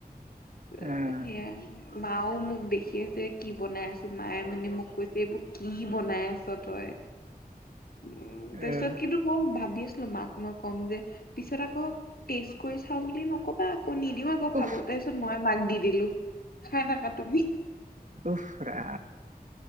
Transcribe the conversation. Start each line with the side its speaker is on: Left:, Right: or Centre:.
Left: এ
Right: আহ
Left: অ' হেয়াই - মাও মোক দেখি আছে কি বনাই আছো, মায়ে মানে মোক কৈছে এইবো - কি বনাই আছ তই? উম,
Right: আহ
Left: তাৰ পিছত কিন্তু মই ভাবি আছিলো মাক মই ক'ম যে পিছত আকৌ টেষ্ট কৰি চাওঁ বুলি নকবা আকৌ নিদিও আকৌ
Right: উফ
Left: খাব তাৰপিছত মই মাক দি দিলো খাই থাকা তুমি।
Right: উফ, ৰা